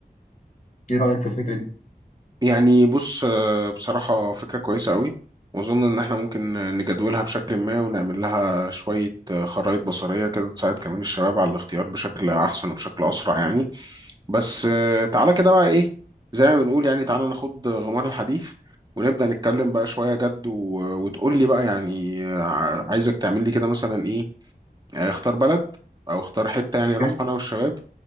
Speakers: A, on the left; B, on the right.
A: ايه رايك في الفكره دي
B: يعني بص آه، بصراحة فكرة كويسة قوي وأظن إن إحنا ممكن نجدولها بشكل ما ونعمل لها شوية آه، خرائط بصرية كده تساعد كمان الشباب على الاختيار بشكل أحسن وبشكل أسرع يعني بس آه، تعالى كده بقى إيه زي ما بنقول يعني تعالى ناخد غمار الحديث ونبدأ نتكلم بقى شوية جد و... وتقول لي بقى يعني آه، عايزك تعمل لي كده مثلا إيه يعني اختار بلد او اختار حته يعني
A: اوكي
B: نروح انا والشباب